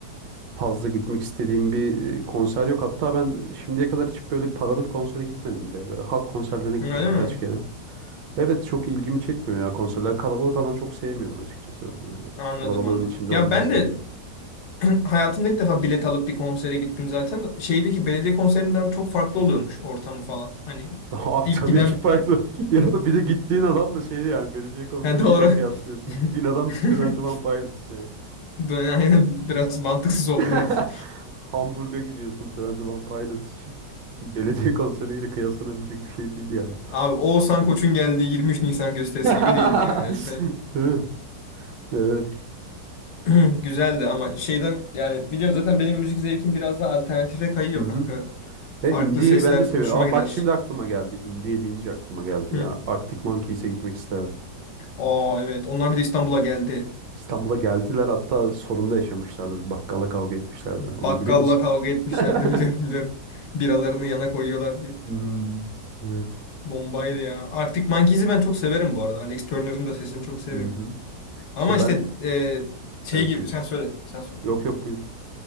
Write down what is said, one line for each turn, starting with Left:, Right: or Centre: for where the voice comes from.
Right: fazla gitmek istediğim bir e, konser yok. Hatta ben şimdiye kadar hiç böyle paralı bir konsere gitmedim bile. Böyle halk konserlerine gittim
Left: Öyle
Right: birkaç
Left: mi?
Right: kere. Evet çok ilgimi çekmiyor ya konserler. Kalabalık alan çok sevmiyorum açıkçası. Ben böyle
Left: Anladım
Right: kalabalığın
Left: anladım.
Right: içinde
Left: Ya
Right: olmayı
Left: ben
Right: sevmiyorum.
Left: de <clears throat> hayatımda ilk defa bilet alıp bir konsere gittim zaten. Şeydeki belediye konserinden çok farklı oluyormuş ortamı falan. Hani
Right: <laughs> Abi
Left: ilk
Right: tabii
Left: giden
Right: ki farklı. <laughs> Ya bir de gittiğin adam da şeydi yani belediye konseriyle
Left: ha, doğru.
Right: kıyaslıyorsun.
Left: <laughs>
Right: Gittiğin adam da Twenty One Pilots yani.
Left: Böyle Aynen biraz mantıksız oldu
Right: <laughs>
Left: evet.
Right: Hamburg'a gidiyorsun Twenty One Pilots için. Belediye konseriyle kıyaslanabilecek bir şey değil yani.
Left: Abi Oğuzhan
Right: Bu-
Left: Koç'un geldiği 23 Nisan gösterisi
Right: <laughs>
Left: gibi değildi yani. Öyle
Right: Değil mi? Evet.
Left: <clears throat> Güzeldi ama şeyden yani biliyorum zaten benim müzik zevkim biraz daha alternatife kayıyor
Right: Hı hı.
Left: kanka. Farklı
Right: E, India'yı
Left: sesler
Right: ben de seviyorum.
Left: hoşuma
Right: Aa,
Left: gider.
Right: bak şimdi aklıma geldi. India deyince aklıma geldi
Left: Hı.
Right: ya. Arctic Monkeys'e gitmek isterdim.
Left: Aa evet onlar bir de İstanbul'a geldi.
Right: İstanbul'a geldiler hatta sorunda yaşamışlardı. Bir bakkala kavga etmişlerdi.
Left: Bakkalla
Right: Onu biliyor musun?
Left: kavga etmişlerdi
Right: <laughs>
Left: <laughs> biliyorum biliyorum. Biralarını yana koyuyorlar diye.
Right: Hmm, evet.
Left: Bombaydı ya. Arctic Monkeys'i ben çok severim bu arada. Alex Turner'ın da sesini çok seviyorum.
Right: Hı hı.
Left: Ama
Right: İşte
Left: işte
Right: ben
Left: e, şey
Right: evet,
Left: gibi
Right: buyur.
Left: sen söyle sen söyle.
Right: Yok yok buyur.